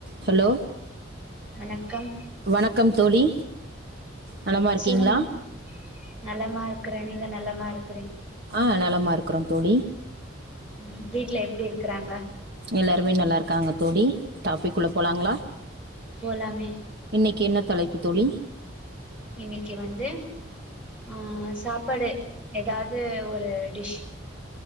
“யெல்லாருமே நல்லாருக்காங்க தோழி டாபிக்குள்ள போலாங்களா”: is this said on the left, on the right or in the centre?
Right